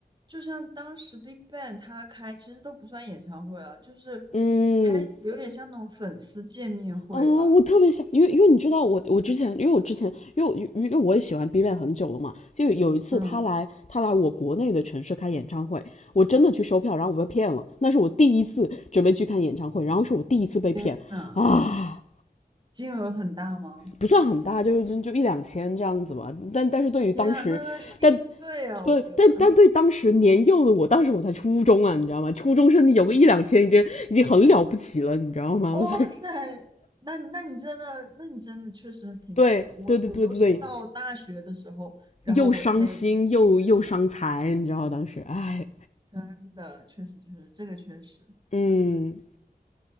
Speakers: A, on the right; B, on the left.
A: 就像当时 BigBang 他开其实都不算演唱会了，就是
B: 嗯。
A: 开有点像那种粉丝见面会吧，
B: 哦，我特别想，因为因为你知道我我之前，因为我之前，因为我因为我也喜欢 b 站 a n 很久了嘛，就有一次他来他来我国内的城市开演唱会，
A: 嗯
B: 我真的去收票，然后我被骗了，那是我第一次准备去看演唱会，然后是我第一次被骗啊，
A: 真的金额很大吗？
B: 不算很大，就就就一两千这样子吧，但但是对于当时，
A: 天啊，那那心碎啊，
B: 但。对，
A: 我觉得。
B: 但但对当时年幼的我，当时我才初中啊，你知道吗？初中生有个一两千已经已经很了不起了，你知道吗？
A: 哇塞，
B: <laughs> 所以，
A: 那那你真的，那你真的确实挺那个的。
B: 对对对对对，
A: 我我都是到大学的时候，然后我才有经济实力，
B: 又伤心又又伤财，你知道当时，哎，
A: 真的，确实确实，这个确实。
B: 嗯，